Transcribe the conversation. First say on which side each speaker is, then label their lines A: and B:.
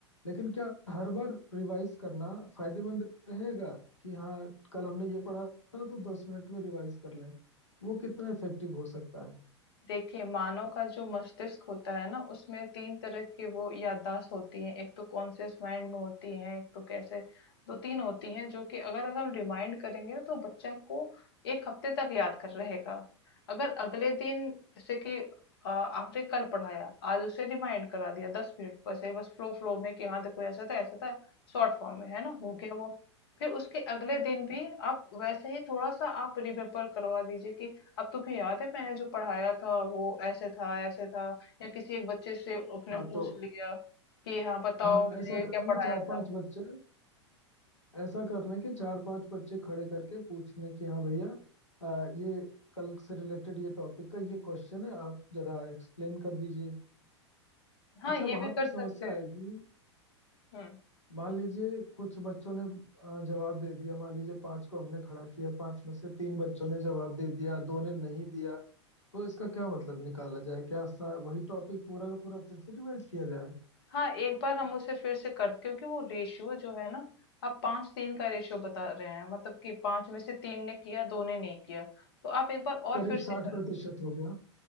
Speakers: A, on the left (about 85°); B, on the left (about 55°).
A: लेकिन क्या हर बार रिवाइज करना फायदेमंद रहेगा कि हाँ कल हमने ये पढ़ा था तो दस मिनट में रिवाइज कर लें वो कितना इफेक्टिव हो सकता है
B: देखिए, मानव का जो मस्तिष्क होता है ना, उसमें 3 तरह की वो याददाश्त होती हैं। एक तो कॉन्शियस माइंड में होती हैं, एक तो कैसे 2-3 होती हैं जो कि अगर अगर हम रिमाइंड करेंगे ना तो बच्चा को 1 हफ्ते तक याद कर रहेगा। अगर अगले दिन जैसे कि अ, आपने कल पढ़ाया, आज उसे रिमाइंड करा दिया 10 मिनट बस ये बस फ्लो फ्लो में कि हाँ, देखो ऐसा था, ऐसा था, शॉर्ट फॉर्म में, है ना? हो गया वो। फिर उसके अगले दिन भी आप वैसे ही थोड़ा-सा आप रिमेंबर करवा दीजिए कि अब तुम्हें याद है मैंने जो पढ़ाया था वो ऐसे था ऐसे था या किसी एक बच्चे से अपने
A: हाँ
B: पूछ
A: तो
B: लिया कि हाँ बताओ
A: हाँ
B: मैंने
A: ऐसा
B: ये
A: करना
B: क्या पढ़ाया
A: कि चार पांच
B: था
A: बच्चे ऐसा करना कि चार पांच बच्चे खड़े करके पूछ लें कि हाँ भैया अ, ये कल से रिलेटेड ये टॉपिक का ये क्वेश्चन है आप जरा एक्सप्लेन कर दीजिए
B: हाँ
A: अच्छा
B: ये
A: वहां
B: भी कर
A: पे समस्या
B: सकते
A: आएगी
B: हैं हम्म
A: मान लीजिए कुछ बच्चों ने अ, जवाब दे दिया मान लीजिए पांच को हमने खड़ा किया पांच में से तीन बच्चों ने जवाब दे दिया दो ने नहीं दिया तो इसका क्या मतलब निकाला जाए क्या सा, वही टॉपिक पूरा का पूरा फिर से रिवाइज किया जाए
B: हाँ एक बार हम उसे फिर से कर क्योंकि वो रेशियो जो है ना आप पांच तीन का रेशियो बता रहे हैं मतलब कि पांच में से तीन ने किया दो ने नहीं किया तो आप एक बार और
A: करीब
B: फिर से
A: साठ
B: कर,
A: प्रतिशत हो गया